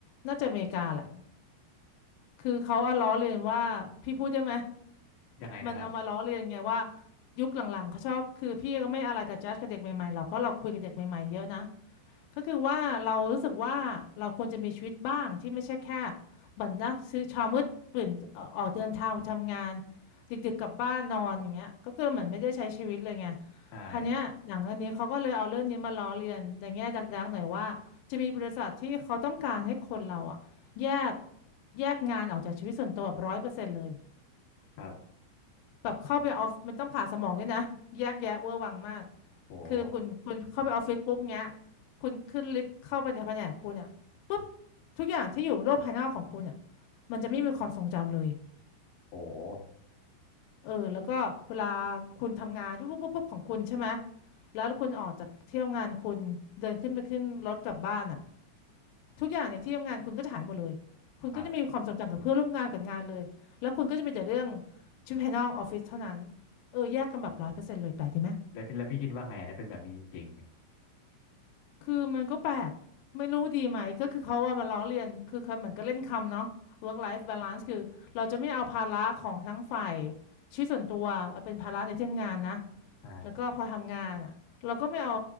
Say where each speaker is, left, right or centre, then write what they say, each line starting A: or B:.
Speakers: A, on the left (about 85°); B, on the left (about 70°).
A: น่าจะอเมริกาแหละคือเขาเอาล้อเลียนว่าพี่พูดได้ไหม
B: ยังไงนะครับ
A: มันเอามาล้อเลียนไงว่ายุคหลังๆเขาชอบคือพี่ก็ไม่อะไรกับจัดกับเด็กใหม่ๆหรอกเพราะเราคุยกับเด็กใหม่ๆเยอะนะ ก็คือว่าเรารู้สึกว่าเราควรจะมีชีวิตบ้างที่ไม่ใช่แค่เหมือนนักซื้อเช้ามืดตื่นเอ่อออกเดินทางไปทำงานดึกๆกลับบ้านนอนอย่างเงี้ยก็คือเหมือนไม่ได้ใช้ชีวิตเลยไง
B: ใช่
A: ทีเนี้ยหนังเรื่องนี้เขาก็เลยเอาเรื่องนี้มาล้อเลียนในแง่ดักๆหน่อยว่าจะมีบริษัทที่เขาต้องการให้คนเราอะแยกแยกงานออกจากชีวิตส่วนตัวแบบร้อยเปอร์เซ็นต์เลย
B: ครับ
A: แบบเข้าไปออฟมันต้องผ่าสมองด้วยนะ <laughs> แยกแยะเวอร์วังมาก
B: โห
A: คือคุณคุณเข้าไปออฟฟิศปุ๊บเงี้ยคุณขึ้นลิฟต์เข้าไปในแผนกคุณอ่ะปุ๊บทุกอย่างที่อยู่โลกภายนอกของคุณอ่ะมันจะไม่มีความทรงจำเลย
B: โห
A: เออแล้วก็เวลาคุณทำงานปุ๊บปุ๊บปุ๊บปุ๊บของคุณใช่ไหมแล้วคุณออกจากที่ทำงานคุณเดินขึ้นไปขึ้นรถกลับบ้านอ่ะทุกอย่างในที่ทำงานคุณก็จะหายหมดเลยคุณก็จะไมมีความทรงจำกับเพื่อนร่วมงานกับงานเลยแล้วคุณก็จะมีแต่เรื่อง
B: ครับ
A: ชีวิตภายนอกออฟฟิศเท่านั้นเออแยกกันแบบร้อยเปอร์เซ็นต์เลยแปลกดีไหม
B: แล้วพี่แล้วพี่คิดว่าไงถ้าเป็นแบบนี้จริง
A: คือมันก็แปลกไม่รู้ดีไหมก็คือเขาว่ามาล้อเลียนคือเขาเหมือนก็เล่นคำเนาะ work life balance คือเราจะไม่เอาภาระของทั้งฝ่ายชีวิตส่วนตัวมาเป็นภาระในที่ทำงานนะ
B: ๆใช่
A: แล้วก็พอทำงานอ่ะเราก็ไม่เอา